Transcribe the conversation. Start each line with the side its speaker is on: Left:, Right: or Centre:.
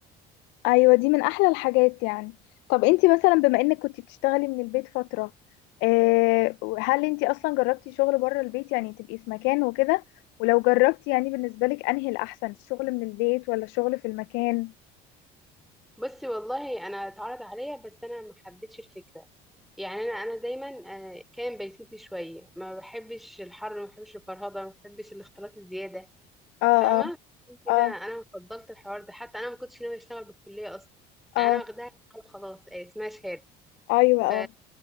Left: ايوه دي من احلى الحاجات يعني طب انتي مثلا بما انك كنتي بتشتغلي من البيت فتره آه، هل انتي اصلا جربتي شغل بره البيت يعني تبقي في مكان وكده ولو جربتي يعني بالنسبه لك انهي الاحسن الشغل من البيت ولا الشغل في المكان
Centre: بصي والله انا اتعرض عليا بس انا ما حبيتش الفكرة يعني انا انا دايما آه، كان بيتوتي شوية ما بحبش الحر ما بحبش الفرهدة ما بحبش الاختلاط الزيادة
Left: اه
Centre: فاهمة
Left: اه
Centre: عشان كده
Left: اه
Centre: أنا فضلت الحوار ده حتى أنا ما كنتش ناوية أشتغل بالكلية أصلا
Left: اه
Centre: يعني أنا واخداها شهادة خلاص أي اسمها شهادة
Left: ايوه
Centre: ف...
Left: اه